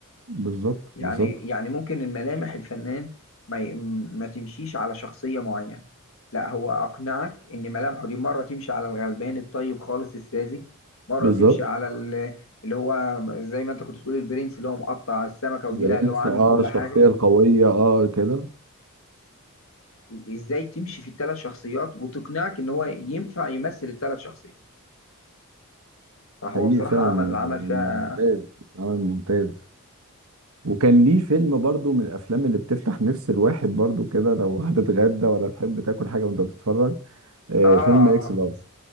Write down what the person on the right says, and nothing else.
بالظبط
بالظبط
بالظبط
البرنس
اه
الشخصية
القوية اه كده
حقيقي
فعلا
آه، ممتاز
عمل ممتاز وكان ليه فيلم برضو من الافلام اللي بتفتح نفس الواحد برضو كده لو هتتغدى ولا تحب تاكل حاجة وانت بتتفرج آه،
فيلم اكس لارج